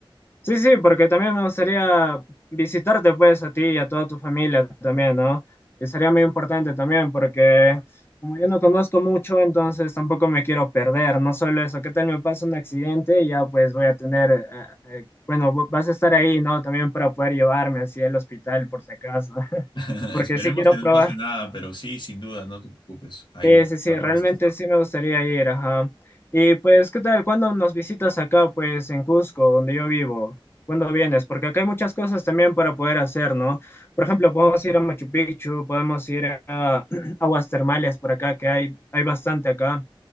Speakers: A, on the left (about 25°); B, on the left (about 55°).
A: Sí, sí, porque también me gustaría visitarte pues a ti y a toda tu familia también, ¿no? Y sería muy importante también porque como yo no conozco mucho, entonces tampoco me quiero perder, no solo eso, ¿qué tal me pasa un accidente? Y Ya pues voy a tener, eh, eh, bueno, vo- vas a estar ahí, ¿no? También para poder llevarme así al hospital por si acaso, <laughs>
B: <laughs>
A: porque
B: Esperemos
A: sí quiero
B: que no
A: probar
B: pase nada, pero sí, sin duda, no te preocupes. Ahí
A: Sí,
B: voy
A: sí,
B: a estar
A: sí, realmente
B: para asistir.
A: sí me gustaría ir, ajá. Y pues, ¿qué tal? ¿Cuándo nos visitas acá, pues, en Cusco, donde yo vivo? ¿Cuándo vienes? Porque acá hay muchas cosas también para poder hacer, ¿no? Por ejemplo, podemos ir a Machu Picchu, podemos ir a <clears throat> aguas termales por acá, que hay, hay bastante acá,